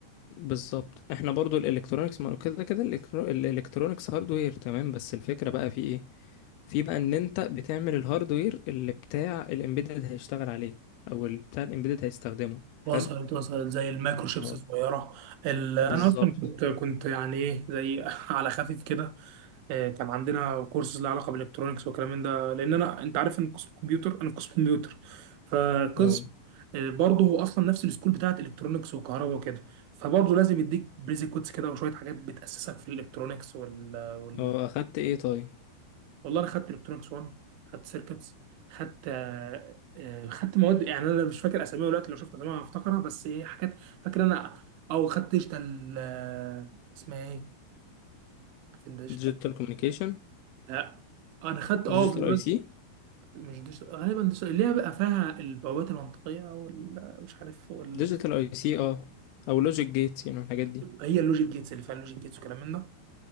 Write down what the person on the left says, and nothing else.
بالظبط احنا برضو الالكترونيكس ما هو كده كده الإلكترو- الالكترونيكس هاردوير تمام بس الفكرة بقى في ايه في بقى ان انت بتعمل الهاردوير اللي بتاع الامبيدد هيشتغل عليه او اللي بتاع الامبيدد هيستخدمه
حلو
اه
بالظبط
اه
اه اخدت ايه طيب
ديجيتال كوميونيكيشن
ديجيتال
اي سي
ديجيتال اي سي اه او لوجيك جيتس يعني الحاجات دي